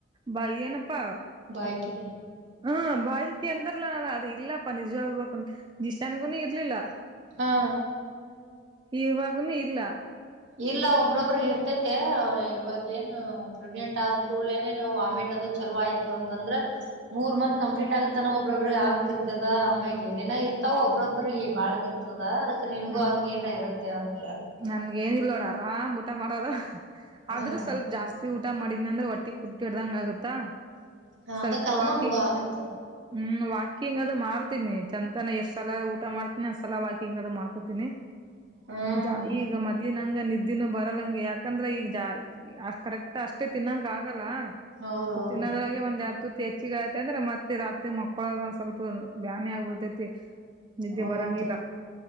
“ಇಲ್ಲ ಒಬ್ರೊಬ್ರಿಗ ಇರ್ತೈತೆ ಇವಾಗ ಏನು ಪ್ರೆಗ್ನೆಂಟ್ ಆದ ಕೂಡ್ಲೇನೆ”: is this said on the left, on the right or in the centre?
Right